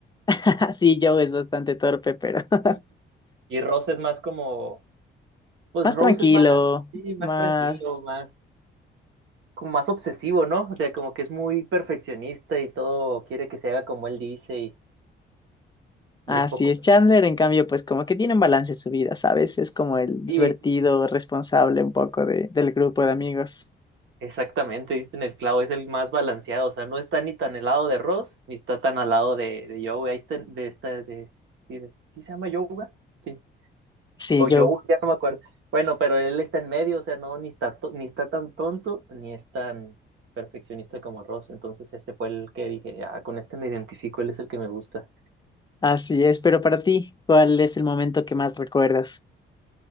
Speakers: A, on the left; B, on the right.
A: <laughs> Sí, Joe es bastante torpe, pero <laughs>
B: Y, y Rose es más como. Pues
A: más
B: Rose
A: tranquilo,
B: es más, sí, más
A: más...
B: tranquilo, más. Como más obsesivo, ¿no? O sea, como que es muy perfeccionista y todo quiere que se haga como él dice y, y
A: Así
B: es poco.
A: es, Chandler, en cambio, pues como que tiene un balance en su vida, ¿sabes? Es como el divertido,
B: Sí,
A: responsable un poco de, del grupo de amigos.
B: Exactamente, diste en el clavo, es el más balanceado, o sea, no está ni tan helado de Ross, ni está tan al lado de, de Joey, ahí está, de esta, de, sí, de- ¿sí se llama Yoga? Sí,
A: Sí,
B: o Joey,
A: Joe,
B: ya no me acuerdo. Bueno, pero él está en medio, o sea, no, ni está, to- ni está tan tonto, ni es tan perfeccionista como Ross, entonces este fue el que dije, ah, con este me identifico, él es el que me gusta.
A: así es, pero para ti, ¿cuál es el momento que más recuerdas?